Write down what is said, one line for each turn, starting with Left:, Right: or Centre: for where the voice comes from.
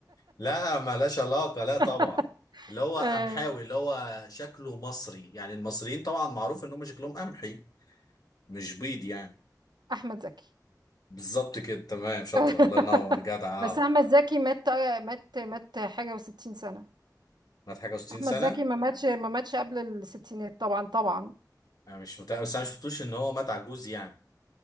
Left: لا ملهاش علاقة لا طبعا
Right: <laughs>
Left: اللي هو قمحاوي
Right: آه،
Left: اللي هو شكله مصري يعني المصريين طبعا معروف ان هم شكلهم قمحي مش بيض يعني
Right: احمد زكي
Left: بالظبط كده تمام شاطرة
Right: <laughs>
Left: الله ينور جدع اه
Right: بس احمد زكي مات مات مات حاجة وستين سنة
Left: مات حاجة و60
Right: احمد
Left: سنة
Right: زكي ما ماتش ما ماتش قبل الستينات طبعا طبعا
Left: انا مش متأكد بس انا شفتوش ان هو مات عجوز يعني